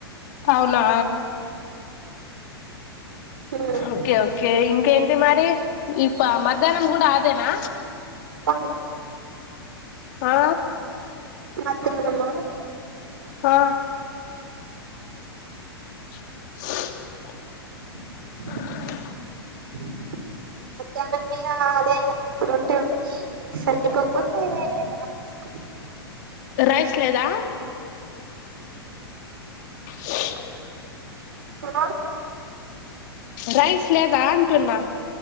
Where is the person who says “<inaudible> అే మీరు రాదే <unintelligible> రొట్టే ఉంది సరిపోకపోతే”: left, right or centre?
Right